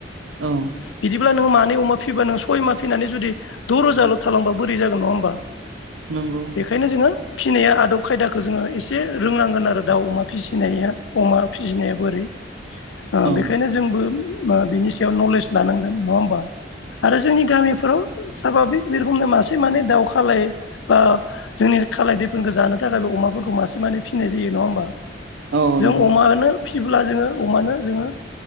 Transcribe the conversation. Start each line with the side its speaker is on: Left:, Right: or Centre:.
Right: औ
Left: बिदिब्लाब्ला नोङो मानै अमा फिबा नों सय मा फिनानै जुदि द' रोजाल' थालांबा बोरै जागोन नङा होमबा
Right: नोंगौ।
Left: ओंखायनो जोङो फिसिनाया आदब खायदाखौ जोङो एसे रोंनांगोन आरो दाउ अमा फिसिनाया। अमा फिसिनाया बोरै ओ
Right: औ
Left: बेखायनो जोंबो ओ बिनि याव नलेज लानांगोन नङा होमबा? आरो जोंनि गामिफोराव साभाबिक बे रखमनो मासे मानै दाउ खालाय ओ जोंनि खालाय दैफोनखौ जानो थाखाय बे अमाफोरखौ मासे माने फिसिनाय जायो नङा होमबा?
Right: औ
Left: जों
Right: नंगौ
Left: अमानो फिब्ला जोङो अमानो जोङो